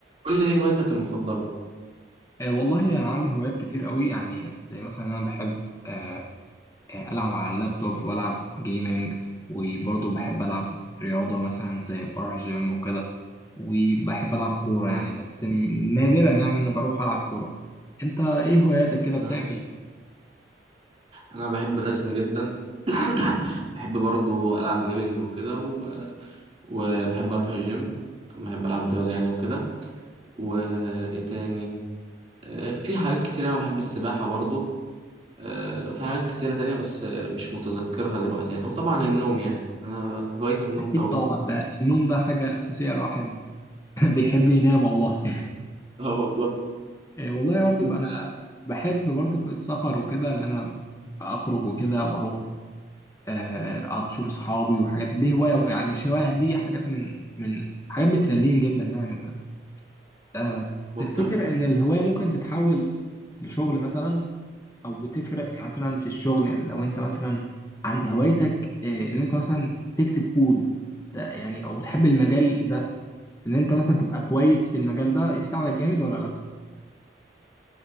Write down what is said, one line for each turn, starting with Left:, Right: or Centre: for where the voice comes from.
Right: قول لي ايه هوايتك المفضلة؟
Left: آه، والله أنا يعني عندي هوايات كتير قوي يعني زي مثلا أنا بحب آه، آه، ألعب على اللابتوب وألعب جيمنج وبرضه بحب ألعب رياضة مثلا زي بروح جيم وكده وبحب ألعب كورة
Right: مم.
Left: يعني بس م- نادرا يعني أنا بروح ألعب كورة أنت إيه هواياتك كده
Right: مم.
Left: بتعمل إيه؟
Right: انا بحب الرسم جدا <coughs> بحب برضو العب جيمنج وكده و... وبحب اروح الجيم بحب العب رياضة يعني وكده وايه تاني آه، في حاجات كتيرة انا بحب السباحة برضو آه، وفي حاجات كتيرة تانية بس آه، مش متذكرها دلوقتي يعني وطبعا النوم يعني انا هوايتي النوم
Left: أكيد
Right: قوي
Left: طبعا ده النوم ده حاجة أساسية الواحد <laughs> بيحب ينام والله
Right: اه والله
Left: <laughs> آه، والله برضو
Right: انت-
Left: أنا بحب برضو السفر وكده اللي أنا أخرج وكده وأروح آه، اشوف اصحابي وحاجات دي هوايه يعني مش هوايه دي حاجات من من حاجات بتسليني جدا يعني وكده آه،
Right: والله
Left: تفتكر ان الهوايه ممكن تتحول لشغل مثلا او بتفرق مثلا في الشغل يعني لو انت مثلا عن هوايتك آه، ان انت مثلا تكتب كود ده يعني او تحب المجال ده ان انت مثلا تبقى كويس في المجال ده يساعدك جامد ولا لا